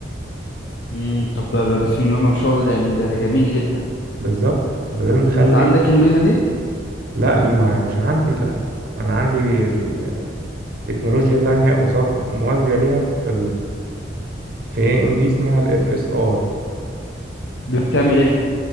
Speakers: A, on the left; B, on the right.
A: امم طب ده ده بسم الله ما شاء الله يعني ده جميل جدا
B: بالظبط وده اللي مخلي
A: انت عندك الميزه دي
B: لا ما مش عندي للاسف انا عندي ال- تكنولوجيا تانية قصاد موازية ليها في في اي ام دي اسمها الاف اس ار
A: دي بتعمل ايه